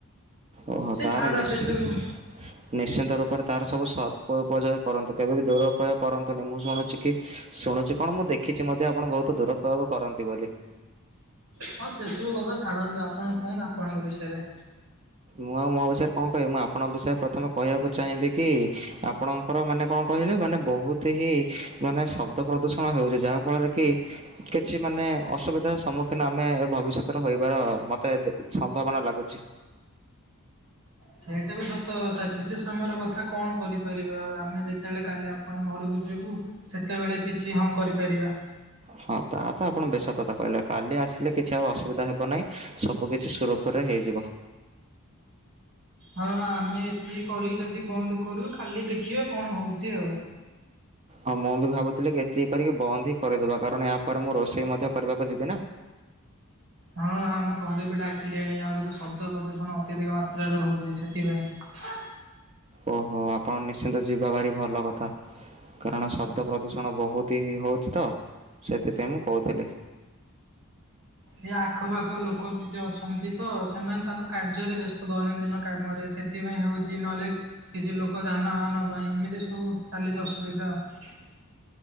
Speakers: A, on the right; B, on the right.
A: ଓହୋ
B: ସେ
A: ତାର
B: ଛାଡ଼
A: ନୀଚ
B: ସେସବୁ
A: ନିଶ୍ଚିନ୍ତ ରୂପରେ ତାର ସବୁ ସଦ୍ପଉପଯୋଗି କରନ୍ତୁ କେବେ ବି ଦୁରପୟୋଗ କରନ୍ତୁନି ମୁଁ ଶୁଣୁଛି କି ଶୁଣୁଛି କଣ ମୁଁ ଦେଖିଛି ମଧ୍ୟ ଆପଣ ବହୁତ ଦୁରୁପୟୋଗ କରନ୍ତି ବୋଲି।
B: ହଁ ସେ ସବୁ କଥା ଛାଡନ୍ତୁ ଆପଣ କୁହନ୍ତୁ ଆପଣଙ୍କ ବିଷୟରେ।
A: ମୁଁ ଆଉ ମୋ ବିଷୟରେ କଣ କହିବି ମୁଁ ଆପଣଙ୍କ ବିଷୟରେ ପ୍ରଥମେ କହିବାକୁ ଚାହିଁବି କି ଆପଣ ଙ୍କର ମାନେ କଣ କହିଲେ ମାନେ ବହୁତ ହିଁ ମାନେ ଶବ୍ଦ ପ୍ରଦୂଷଣ ହେଉଛି ଯାହା ଫଳରେ କି କିଛି ମାନେ ଅସୁବିଧା ସମ୍ମୁଖୀନ ଆମେ ଭବିଷ୍ୟତରେ ହୋଇବାର ମତେ ସମ୍ଭାବନା ଲାଗୁଛି।
B: ସେଇଟା ବି ସତ କଥା କିଛି ସମୟର କଥା କଣ କରିପାରିବା ଆଉ ଆମେ ଯେତେବେଳେ କାଲି ଆପଣଙ୍କ ଘରକୁ ଯିବୁ ସେତେବେଳେ କିଛି ହଁ କରିପାରିବା।
A: ହଁ ତାହା ତ ଆପଣ ବେସତତା କହିଲେ। କାଲି ଆସିଲେ କିଛି ଆଉ ଅସୁବିଧା ହେବ ନାହିଁ ସବୁ କିଛି ସୁରୁଖୁରୁରେ ହେଇଯିବ।
B: ହଁ ଆମେ ଏତିକି କରିକି ଯଦି ବନ୍ଦ କରିବୁ କାଲି ଦେଖିବା କଣ ହଉଛି ଆଉ।
A: ହଁ ମୁଁ ବି ଭାବୁଥିଲି କି ଏତିକି କରିକି ବନ୍ଦ ହି କରିଦବା କାରଣ ଏହାପରେ ମୁଁ ରୋଷେଇ ମଧ୍ୟ କରିବାକୁ ଯିବି ନା।
B: ହଁ ଆମ ଘରେ ବି ଡାକିଲେଣି ଆଉ ଯେହେତୁ ଶବ୍ଦ ପ୍ରଦୂଷଣ ଅତ୍ୟଧିକ ମାତ୍ରାରେ ହଉଛି ସେଥିପାଇଁ।
A: ଓହୋ ଆପଣ ନିଶ୍ଚିନ୍ତ ଯିବା ଭାରି ଭଲ କଥା। କାରଣ ଶବ୍ଦ ପ୍ରଦୂଷଣ ବହୁତି ହିଁ ହେଉଛି ତ ସେଥିପାଇଁ ମୁଁ କହୁଥିଲି।
B: ଏ ଆଖପାଖ ଲୋକ କିଛି ଅଛନ୍ତି ତ ସେମାନେ ତାଙ୍କ କାର୍ଯ୍ୟରେ ବ୍ୟସ୍ତ ଦୈନନ୍ଦିନ କାମରେ ସେ ସେଥିପାଇଁ ହେଉଛି ନହେଲେ କିଛି ଲୋକ ଯାନବାହାନ ପାଇଁ ଏମିତି ସବୁ ଚାଲିଛି ଅସୁବିଧା ଆଉ।